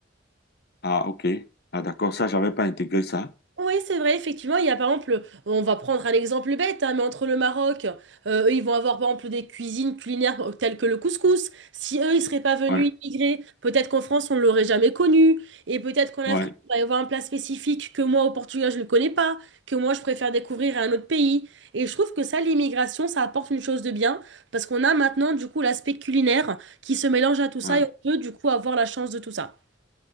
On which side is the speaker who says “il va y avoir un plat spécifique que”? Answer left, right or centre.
Right